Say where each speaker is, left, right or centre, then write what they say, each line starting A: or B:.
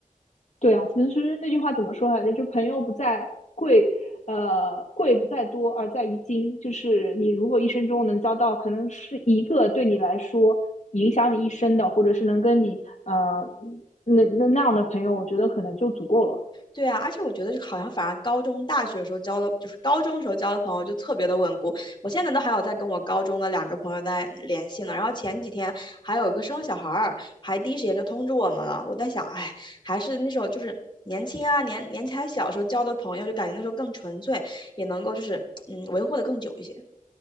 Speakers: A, on the left; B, on the left.
A: 对啊，其实那句话怎么说来着？就朋友不在贵，呃，贵不在多，而在于精。就是你如果一生中能交到，可能是一个对你来说影响你一生的，或者是能跟你呃那那那样的朋友，我觉得可能就足够了。
B: 对啊，而且我觉得好像反而高中、大学的时候交的，就是高中时候交的朋友就特别的稳固。我现在都还有在跟我高中的两个朋友在嗯联系呢。然后前几天还有一个生了小孩儿，还第一时间就通知我们了。我在想，哎，还是那时候就是年轻啊，年年纪还小时候交的朋友，就感觉那时候更纯粹，也能够就是嗯维护的更久一些。